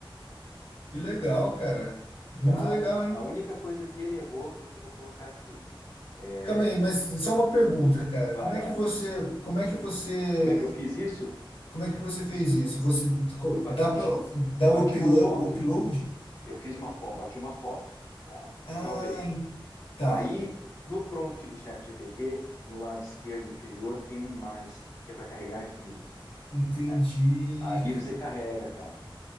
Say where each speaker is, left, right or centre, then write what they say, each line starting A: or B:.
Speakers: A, on the left (about 90°); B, on the left (about 35°).
A: Que legal, cara. Muito
B: Cara,
A: legal, hein?
B: a a única coisa que ele errou é o que eu vou colocar aqui. É,
A: Calma aí, mas só uma pergunta, cara.
B: vai
A: Como
B: lá.
A: é que você, como é que você,
B: Como é que eu fiz isso?
A: como é que você fez isso? Você co-
B: Eu bati,
A: dá para
B: eu
A: dá
B: bati
A: o upload,
B: uma foto.
A: o upload?
B: Eu fiz uma foto, bati uma foto, tá?
A: Ah,
B: E salvei.
A: en- tá.
B: Aí, no prompt do chat GPT, no lado esquerdo inferior, tem um mais, que é para carregar arquivo.
A: Entendi,
B: É, ali você
A: cara.
B: carrega, cara.